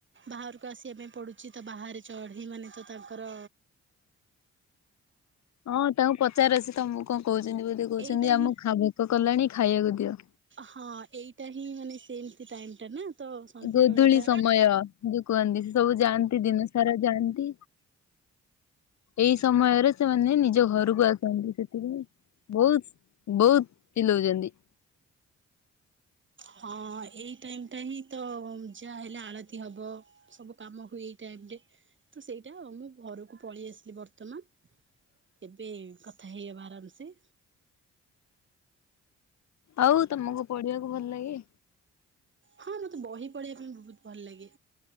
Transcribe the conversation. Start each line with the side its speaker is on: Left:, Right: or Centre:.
Right: ବାହାରକୁ ଆସିବା ପାଇଁ ପଡ଼ୁଛି ତ ବାହାରେ ଚଢ଼େଇମାନେ ତ ତାଙ୍କର
Left: ହଁ ତାଙ୍କୁ ପଚାର ସେ ତମକୁ କଣ କୋହୁଚନ୍ତି ବୋଧେ କୋହୁଛନ୍ତି
Right: ଏଇଟା
Left: ଆମକୁ
Right: ହିଁ
Left: ଖା ଭୋକ କଲାଣି ଖାଇବାକୁ ଦିଅ।
Right: ହଁ ଏଇଟା ହିଁ ମାନେ ସେମିତି ଟାଇମ ଟା ନା। ତ ସନ୍ଧ୍ୟା
Left: ଗୋଧୂଳି
Right: ବେଳଟା
Left: ସମୟ ଯୋଉ କୁହନ୍ତି ସେ ସବୁ ଯାଆନ୍ତି ଦିନ ସାରା ଯାଆନ୍ତି। ଏଇ ସମୟରେ ସେମାନେ ନିଜ ଘରକୁ ଆସନ୍ତି ସେଥିପାଇଁ ବହୁତ ବହୁତ ଚିଲଉଛନ୍ତି।
Right: ହଁ ଏଇ ଟାଇମ ଟା ହିଁ ତ ଯାହା ହେଲେ ଆଳତୀ ହବ। ସବୁ କାମ ହୁଏ ଏଇ ଟାଇମରେ ତ ସେଇଟା ମୁଁ ଘରକୁ ପଳେଇ ଆସିଲି ବର୍ତ୍ତମାନ। ଏବେ କଥା ହେଇହବା ଆରାମ ସେ।
Left: ଆଉ ତମକୁ ପଢିବାକୁ ଭଲ ଲାଗେ।
Right: ହଁ ମତେ ବହି ପଢିବା ପାଇଁ ବହୁତ ଭଲ ଲାଗେ।